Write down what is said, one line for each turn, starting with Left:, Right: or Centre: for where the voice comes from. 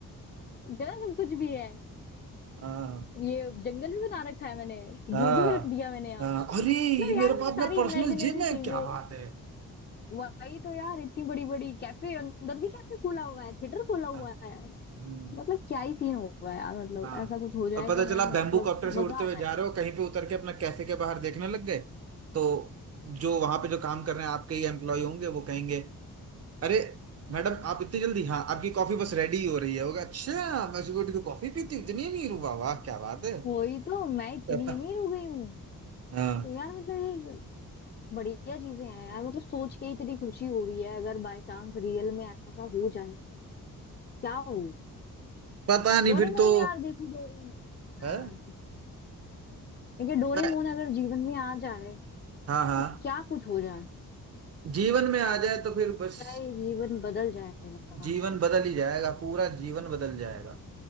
Left: जरा सब कुछ भी है
Right: हाँ
Left: ये जंगल भी बना रखा है मैंने
Right: हाँ
Left: जू भी रख दिया मैंने यहाँ
Right: हाँ,
Left: पे
Right: अरे ये
Left: मतलब
Right: मेरे
Left: यार
Right: पास
Left: ये सारी
Right: अपना पर्सनल
Left: इमेजिनरी
Right: जिम है
Left: चीजें
Right: क्या बात है
Left: वही तो यार इतनी बड़ी बड़ी कैफे अंदर भी कैफे खुला हुआ है थिएटर खुला हुआ
Right: हाँ
Left: है
Right: हम्म,
Left: मतलब क्या ही सीन होगा यार मतलब
Right: हाँ।
Left: ऐसा कुछ हो जाए
Right: और पता
Left: तो मैं
Right: चला बैम्बू
Left: मतलब
Right: कॉप्टर से
Left: मजा
Right: उड़ते
Left: आ
Right: हुए
Left: जाएगा
Right: जा रहे हो कहीं पे उतर के अपना कैफे के बाहर देखने लग गए तो जो वहां पे जो काम कर रहे हैं आपके ही एम्प्लॉय होंगे वो कहेंगे अरे मैडम आप इतनी जल्दी हाँ आपकी कॉफी बस रेडी हो रही है होगा अच्छा मैं सुबह उठ के कॉफी पीती हूँ इतनी अमीर हूँ वाह वाह क्या बात है
Left: वही तो मैं इतनी
Right: <laughs>
Left: अमीर हो गई हूँ
Right: हाँ
Left: तो यार मतलब ये बढ़िया चीजें हैं यार मतलब सोच के ही इतनी खुशी हो रही है अगर बाय चांस रियल में ऐसा हो जाए क्या हो
Right: पता नहीं
Left: डोरेमोन
Right: फिर तो
Left: यार देखो डोरेमोन
Right: है
Left: यार देखिए डोरेमोन
Right: मैं-
Left: अगर जीवन में आ जाए
Right: हाँ हाँ
Left: तो क्या कुछ हो जाए
Right: जीवन में आ जाए तो फिर बस
Left: क्या ये जीवन बदल जाएगा
Right: जीवन बदल ही जाएगा पूरा जीवन बदल जाएगा